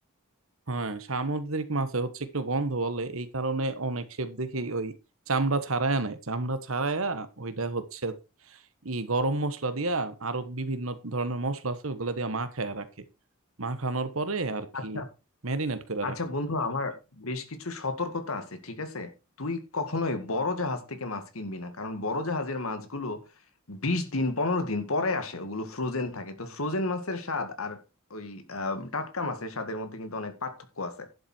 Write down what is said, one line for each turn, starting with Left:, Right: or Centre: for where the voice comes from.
Right: হ্যাঁ সামুদ্রিক মাছে হচ্ছে একটু গন্ধ বলে এই কারণে অনেক শেফ দেখি ওই চামড়া ছাড়ায়া নেয় চামড়া ছাড়ায়া ওইটা হচ্ছে ই গরম মশলা দিয়া আরো বিভিন্ন ধরনের মশলা আছে ওগুলা দিয়া মাখায়া রাখে মাখানোর পরে আর কি
Left: আচ্ছা
Right: ম্যারিনেট করে
Left: আচ্ছা
Right: রাখে
Left: বন্ধু আমার বেশ কিছু সতর্কতা আছে ঠিক আছে তুই কখনোই বড় জাহাজ থেকে মাছ কিনবি না কারণ বড় জাহাজের মাছগুলো বিশ দিন পনেরো দিন পরে আসে ওগুলো ফ্রোজেন থাকে তো ফ্রোজেন মাছের স্বাদ আর ওই আহ, টাটকা মাছের স্বাদের মধ্যে কিন্তু অনেক পার্থক্য আছে